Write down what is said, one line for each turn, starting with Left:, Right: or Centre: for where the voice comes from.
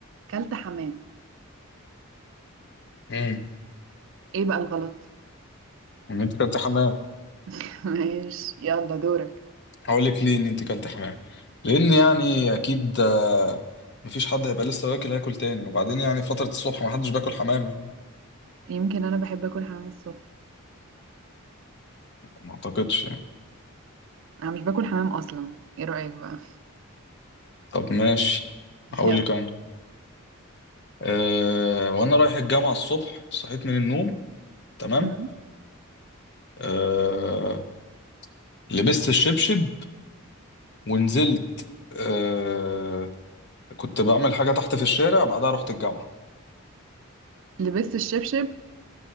Right: اكلت حمام
Left: امم
Right: ايه بقى الغلط
Left: ان انت كلت حمام
Right: <laughs> ماشي يلا دورك
Left: هقول لك ليه ان انت كلت حمام لان يعني اكيد آه، مفيش حد هيبقى لسه واكل هياكل تاني وبعدين يعني فترة الصبح ما حدش باكل حمام يعني
Right: يمكن انا بحب اكل حمام الصبح
Left: ما اعتقدش يعني
Right: انا مش باكل حمام اصلا ايه رايك بقى
Left: طب ماشي
Right: <laughs>
Left: هقول
Right: يلا
Left: لك انا أه وانا رايح الجامعة الصبح صحيت من النوم تمام
Right: مم.
Left: أه لبست الشبشب ونزلت أه كنت بعمل حاجة تحت في الشارع بعدها رحت الجامعة
Right: لبست الشبشب